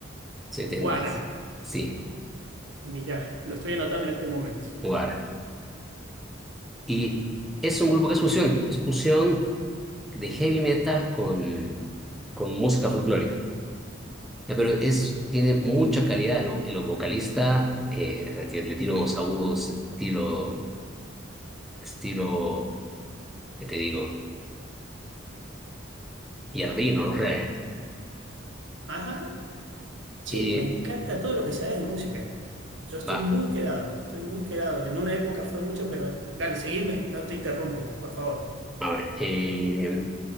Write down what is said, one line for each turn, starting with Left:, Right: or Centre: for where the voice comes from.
Centre: setentas
Right: Guara.
Centre: Sí,
Right: Mirá, lo estoy anotando en este momento.
Centre: Guara. Y es un grupo que es fusión, es fusión de heavy metal con, con música folclórica. Ya, pero es, tiene mucha calidad el, vo- el vocalista, eh, le le tiro unos agudos, estilo, estilo, ¿qué te digo? Yardino, no sé.
Right: Ajá, sí,
Centre: Y
Right: me encanta todo lo que sabes de música. Yo estoy
Centre: va,
Right: muy quedado, estoy muy quedado. En una época fue mucho, pero dale, seguime, no te interrumpo, por favor.
Centre: a ver. eh,